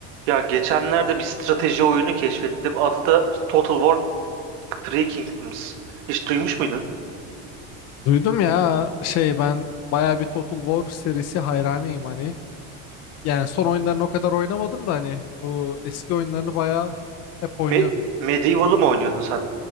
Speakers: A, on the right; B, on the left.
A: Ya geçenlerde bir strateji oyunu keşfettim. Adı da Total War Three Kingdoms. Hiç duymuş muydun?
B: Duydum ya şey ben baya bir Total War serisi hayranıyım hani. Yani son oyunlarını o kadar oynamadım da hani bu eski oyunlarını baya hep oynuyordum.
A: Me Medieval'ı mı oynuyordun sen?